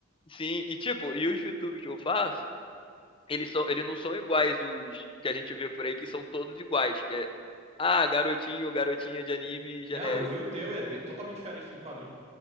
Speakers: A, on the left; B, on the right.
A: sim, e tipo, e os VTubers que eu faço, eles são, eles não são iguais os que a gente vê por aí, que são todos iguais, que é ah, garotinho, garotinha de anime
B: Não,
A: genérico.
B: eu vi o teu e é bem- totalmente diferente do padrão.